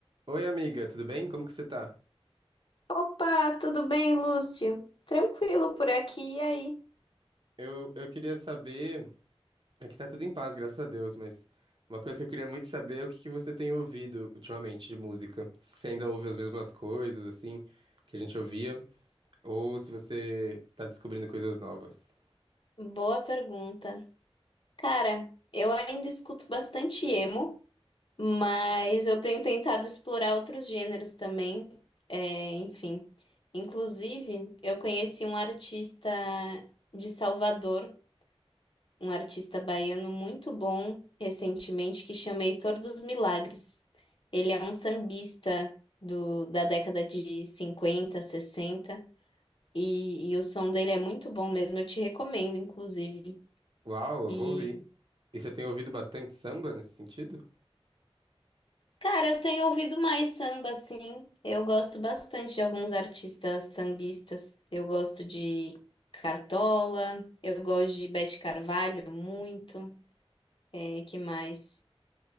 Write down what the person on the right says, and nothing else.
Oi, amiga, tudo bem? Como que você tá?
Eu, eu queria saber. Aqui tá tudo em paz, graças a Deus, mas uma coisa que eu queria muito saber é o que que você tem ouvido ultimamente de música. Se você ainda ouve as mesmas coisas, assim, que a gente ouvia, ou se você tá descobrindo coisas novas.
Uau, eu
vou ouvir. E você tem ouvido bastante samba nesse sentido?